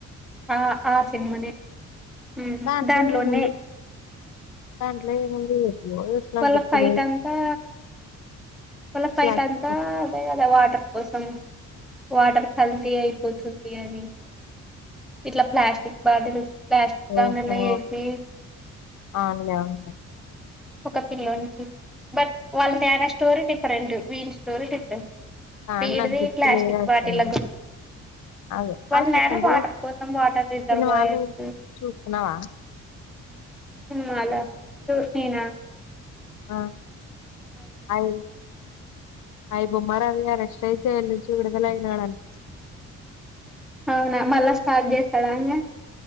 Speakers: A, in the centre; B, on the left.
A: ఆ ఆ సినిమానే హ్మ్
B: దాంట్లో
A: దాంట్లోనే
B: ఏముంది దాంట్లో ఏముంది. ఎప్పుడో చూసినా
A: వాళ్ళ
B: గుర్తులేదు.
A: ఫైట్ అంతా వాళ్ళ ఫైట్
B: ప్లాస్టిక్
A: అంతా అదేగ వాటర్ కోసం వాటర్ ఫల్తీ అయిపోతుంది అని ఇట్లా ప్లాస్టిక్ బాటిల్స్ ప్లాస్టిక్
B: ఓహో
A: దానిలో వేసి
B: అవునులే అవున్లే
A: ఒక పిల్లోనికి బట్ వాళ్ళ తేన స్టోరీ డిఫరెంట్ వీని స్టోరీ డిఫరెంట్
B: కానీ
A: పీడిది
B: నాకు గుర్తులేదు
A: ప్లాస్టిక్
B: అసలు
A: బాటిల గు
B: అదే
A: వానేర
B: ఆ రీసెంట్
A: వాటర్
B: గా
A: కోసం వాటర్ రిజర్వ్
B: సినిమాలు
A: యర్స్
B: చూస్తున్నావా
A: సినిమాల్ సూసినా
B: ఆ అయి అయిబోమ రాసార సి ట్రై చేయాలి చూడదల యినాడని
A: అవునా మళ్ళా స్టార్ట్ చేస్తాడా ఇంగా